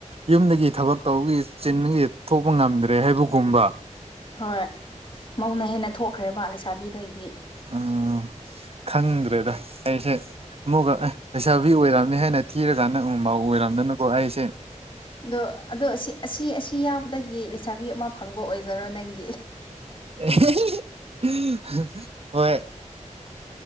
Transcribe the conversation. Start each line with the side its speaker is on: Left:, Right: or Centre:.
Right: ꯌꯨꯝꯗꯒꯤ ꯊꯕꯛ ꯇꯧꯕꯒꯤ ꯆꯤꯟꯒꯤ ꯊꯣꯛꯄ ꯉꯝꯗ꯭ꯔꯦ ꯍꯥꯏꯕꯒꯨꯝꯕ
Left: ꯍꯣꯏ ꯃꯧꯅ ꯍꯦꯟꯅ ꯊꯣꯛꯈ꯭ꯔꯦꯕ ꯂꯩꯁꯥꯕꯤꯗꯒꯤꯗꯤ
Right: ꯎꯝ ꯈꯪꯗ꯭ꯔꯦꯗ ꯑꯩꯁꯦ ꯑꯃꯨꯛꯒ ꯑꯦ ꯄꯩꯁꯥꯕꯤ ꯑꯣꯏꯔꯝꯅꯤ ꯍꯥꯏꯅ ꯊꯤꯔꯀꯥꯟꯗ ꯎꯐꯥꯎ ꯑꯣꯏꯔꯝꯗꯅꯨꯀꯣ ꯑꯩꯁꯦ
Left: ꯑꯗꯣ ꯑꯗꯣ ꯑꯁꯤ ꯑꯁꯤ ꯌꯥꯎꯕꯗꯒꯤ ꯂꯩꯁꯥꯕꯤ ꯑꯃ ꯐꯪꯕ ꯑꯣꯏꯖꯔꯣ ꯅꯪꯒꯤ
Right: <unintelligible> ꯍꯣꯏ